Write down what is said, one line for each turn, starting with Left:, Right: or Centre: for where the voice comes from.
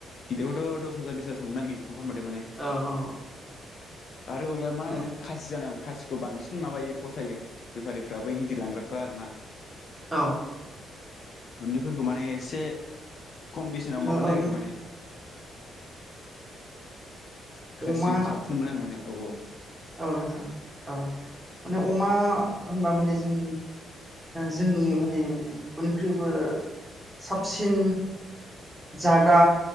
Left: गिदिरआवथ दस हाजार बिसो मोनगोन आरो गिद खौ फानबाथाय माने
Centre: औ औ
Left: आरो अमायाबो मा
Centre: औ
Left: होनो खासि जानांगौ खासिखौ बांसिन माबायो फसायो बेफारिफ्रा बै गिदिर लांग्राफ्रा आरो ना
Centre: औ
Left: बुन्दैफोरखौ माने एसे खम बेसेनाव
Centre: नोंथां
Left: माबानो
Centre: औ
Left: नागिरो माने खासिखौ
Centre: अमा
Left: साबसिन मोनो आरो माने औ <unintelligible>
Centre: औ नोंथां औ माने अमा होनबा माने जों जोंनि माने बयनिख्रुइबो साबसिन जाग्रा